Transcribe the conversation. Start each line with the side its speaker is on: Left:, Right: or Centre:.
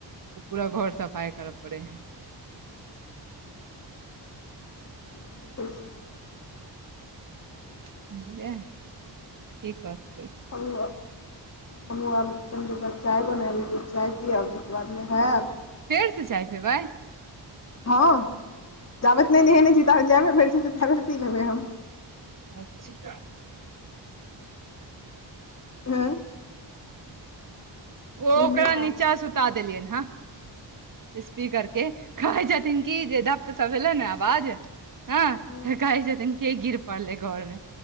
Right: पूरा घर सफाइ करऽ पड़ै हइ
Left: <inaudible>
Right: बुझलियै की काय सकै छिअय
Left: हब <inaudible> हमहू आब कनि जरा चाय बनाबे चाय पियब तइके बादमे होयब
Right: फेरसे चाय पिबै
Left: हँ जाबत नइ नहेने छी ताबतऽ जै बेर भेंटतै तै बेर पी लेबै हम
Right: अच्छा
Left: हँ
Right: ओ
Left: बुझलियै
Right: ओकरा नीचा सुता देलियै हँ स्पीकरके कहै छथिन कि जे धप से भेलय न आवाज हँ
Left: हँ
Right: त कहै छथिन के गिर पड़लै घरमे